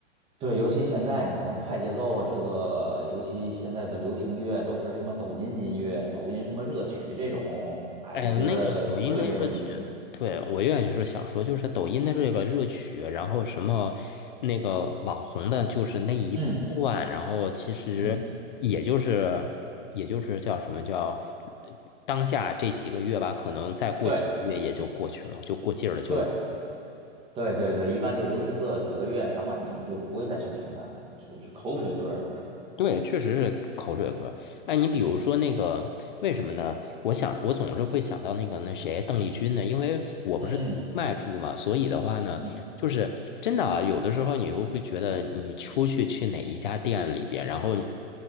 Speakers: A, on the right; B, on the left.
A: 对，尤其现在，你像快节奏这个，尤其现在的流行乐都是什么抖音音乐、抖音什么热曲这种，哎，
B: 哎呦，
A: 我觉得特别没有意思。
B: 那个抖音的热曲，对，我愿意是想说，就是抖音的这个热曲，然后什么那个网红的，就是那一段，
A: 嗯
B: 然后其实也就是也就是叫什么叫呃当下这几个月吧，
A: 嗯，
B: 可能再过几个月也就过去了，
A: 对
B: 就过劲儿了，就。
A: 对对对对，一般就流行个几个月，然后你就不会再去听它了，就是口水歌儿都是。
B: 对，确实是口水歌。哎，你比如说那个，为什么呢？我想，我总是会想到那个那谁，邓丽君呢？因为我不是在清迈住嘛，
A: 嗯
B: 所以的话呢，
A: 嗯
B: 就是真的啊，有的时候你又会觉得，你出去去哪一家店里边，然后你